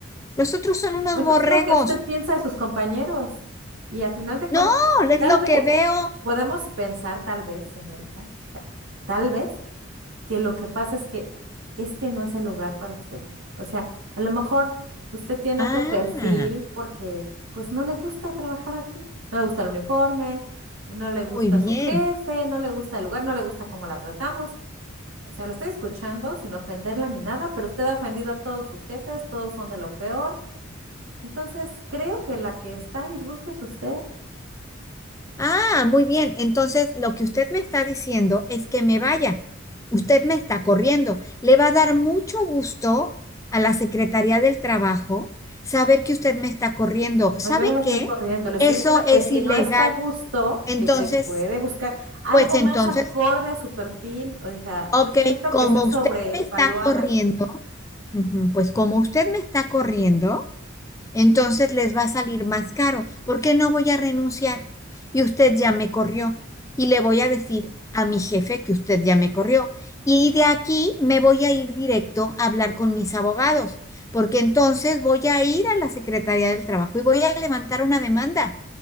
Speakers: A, on the left; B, on the right.
A: Los otros son unos
B: Pues
A: borregos.
B: es lo que usted piensa de sus compañeros. Y a final de cuentas,
A: No, es
B: tal
A: lo
B: vez
A: que veo.
B: podemos pensar, tal vez, señorita, o sea, tal vez que lo que pasa es que este no es el lugar para usted. O sea, a lo mejor usted tiene
A: Ah,
B: otro perfil porque pues no le gusta trabajar aquí, no le gusta el uniforme, no le gusta
A: muy bien.
B: su jefe, no le gusta el lugar, no le gusta cómo la tratamos. O sea, la estoy escuchando sin ofenderla ni nada, pero usted ha ofendido a todos sus jefes, todos son de lo peor. Entonces, creo que la que está a disgusto es usted.
A: Ah, muy bien. Entonces, lo que usted me está diciendo es que me vaya. Usted me está corriendo. Le va a dar mucho gusto a la Secretaría del Trabajo saber que usted me está corriendo. ¿Sabe
B: No, yo no la estoy
A: qué?
B: corriendo, le estoy
A: Eso
B: diciendo que
A: es
B: si
A: ilegal.
B: no está a gusto,
A: Entonces,
B: que se puede buscar algo
A: pues entonces,
B: más acorde a su perfil. O sea,
A: ok,
B: yo siento
A: como
B: que está sobrevaluada.
A: usted me está corriendo, ujú, pues como usted me está corriendo. entonces les va a salir más caro. ¿Por qué no voy a renunciar? Y usted ya me corrió. Y le voy a decir a mi jefe que usted ya me corrió. Y de aquí me voy a ir directo a hablar con mis abogados, porque entonces voy a ir a la Secretaría del Trabajo y voy a levantar una demanda.